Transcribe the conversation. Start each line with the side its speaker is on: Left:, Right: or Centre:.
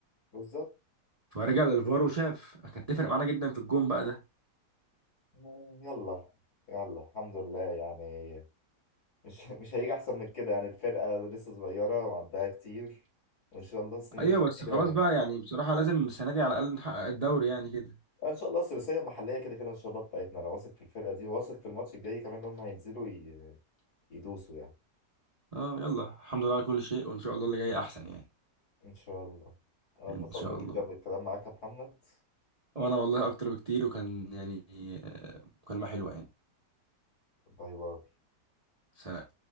Left: بالظبط
Right: فرجع للفار وشاف كانت تفرق معانا جدا في الجون بقى ده
Left: مم، يلا يلا الحمد لله يعني مش <laughs> مش هيجي احسن من كده يعني الفرقه لسه صغيره وعندها كتير وان شاء الله السنين
Right: ايوه بس
Left: الجايه
Right: خلاص بقى يعني بصراحة لازم السنة دي على الاقل نحقق الدوري يعني كده
Left: ان شاء الله الثلاثيه المحليه كده كده ان شاء الله بتاعتنا انا واثق في الفرقه دي واثق في الماتش الجاي كمان ان هم هينزلوا ي- يدوسوا يعني
Right: اه يلا الحمد لله على كل شيء وان شاء الله اللي جاي احسن يعني
Left: ان شاء الله انا اتبسطت
Right: ان شاء الله
Left: جدا بالكلام معاك يا محمد
Right: وانا والله اكتر بكتير وكان يعني آه، مكالمة حلوة يعني
Left: باي باي
Right: سلام